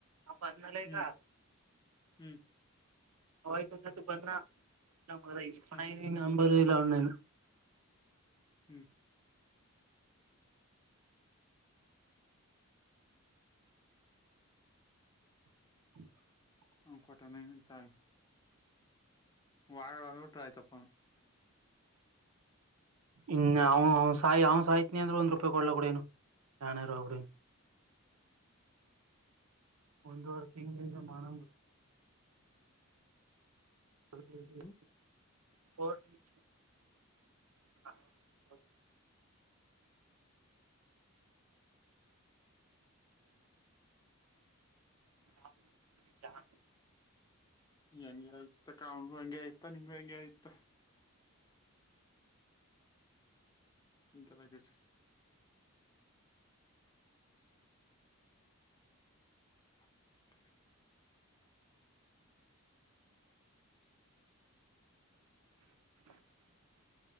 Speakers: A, on the right; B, on the left.
A: ಹಾ ಪನ್ನಾಲಯಗ
B: ಹ್ಮ್ ಹ್ಮ್
A: ಹಯತುದ ತು ಪ ಪ
B: ಹ್ಮ್
A: ನಂಬದಲ್ಲ ಒ್ಣನ್
B: ಹ್ಮ್
A: ಹ
B: ಹ ಕೊಟ್ಟನಂತಾಯ ಮಾಡಲ್ಲ ಅಂದ್ರೆ ಆಯ್ತಪ್ಪ
A: ಇನ್ನು ಅವ್ ಸಾಯ್ ಅವ್ ಸಾಯ್ತ್ ಅ್ರ ಒಂದ್ ರೂಪಾಯಿ ಕೊಡ್ಲ ಕೂಡ ಏನು ಆನ ರೋಬಡ್ ಒಂದುವರೆ ತಿಂಗಳಿಂದ ಮನ <unintelligible>
B: ಹ್ಮ್
A: ಹಾ ಹ ಹ ಚ <unintelligible>
B: ಹೆಂಗೆ ಆಯ್ತ ಕಾವಣ ಹಂಗೆ ಆಯ್ತಾ ನಿಂಗ್ ಹೆಂಗಗೆ ಆಯ್ತಾ ಎಂತರಿ <unintelligible> <inaudible>
A: <unintelligible> <inaudible>